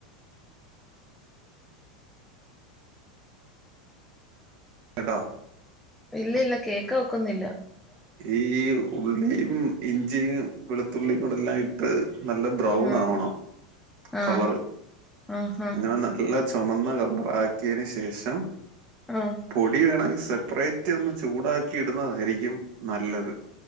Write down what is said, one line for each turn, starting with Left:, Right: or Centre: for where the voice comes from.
Right: കേട്ടോ
Centre: ഇല്ല ഇല്ല കേക്ക ഒക്കുന്നില്ല
Right: ഈ ഉള്ളിയും ഇഞ്ചിയും വെളുത്തുള്ളിയും കൂടെല്ലാംയിട്ട് നല്ല ബ്രൗൺ
Centre: ഉം
Right: ആവണം
Centre: ആഹ്
Right: കളർ
Centre: ആഹ്
Right: അങ്ങനെ നല്ല ചുമന്ന കളറാക്കിയതിനന് ശേഷം
Centre: ആഹ്
Right: പൊടി വേണെങ്കിൽ സെപ്പറേറ്റ് ഒന്ന് ചൂടാക്കി ഇടുന്നതായിരിക്കും നല്ലത്